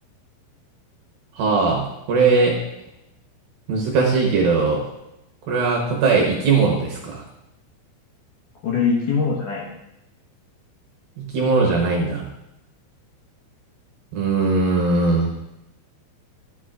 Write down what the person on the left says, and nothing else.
これ生き物じゃないね。